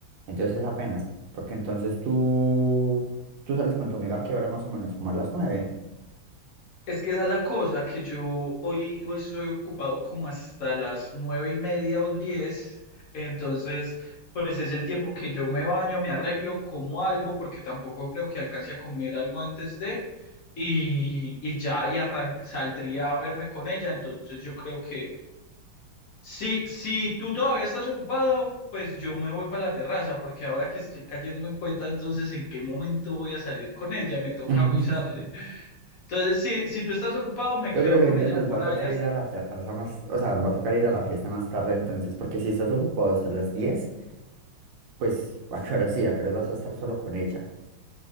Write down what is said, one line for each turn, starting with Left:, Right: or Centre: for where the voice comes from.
Right: Entonces apenas, porque entonces tú, tú sales con tu amiga que hora más o menos, como a las 9?
Left: Es que esa es la cosa, que yo hoy, hoy estoy ocupado como hasta las nueve y media o diez, entonces pues es el tiempo que yo me baño, me arreglo, como algo, porque tampoco creo que alcance a comer algo antes de, y, y ya y arran- saldría a verme con ella, entonces yo creo que si, si tú todavía estás ocupado, pues yo me voy para la terraza, porque ahora que estoy cayendo en cuenta, entonces en qué momento voy a salir con ella, me toca
Right: <laughs>
Left: avisarle. Entonces, si, si tú estás ocupado, me
Right: Yo
Left: quedo
Right: creo que
Left: con
Right: entonces
Left: ella
Right: nos
Left: por
Right: va a
Left: ahí.
Right: tocar
Left: hasta-
Right: ir a la terraza más, o sea, va a tocar ir a la fiesta más tarde entonces, porque si estás ocupado hasta las 10, pues <laughs> a qué hora sí, a qué hora vas a estar solo con ella.